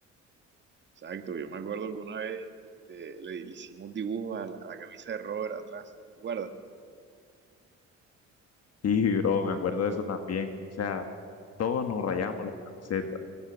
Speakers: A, on the right; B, on the left.
A: Exacto, yo me acuerdo que una vez este, le hicimos dibujos a la, a la camisa de Robert atrás, ¿te acuerdas?
B: <laughs> Y, bro, me acuerdo de eso también, o sea, todos nos rayamos las camisetas.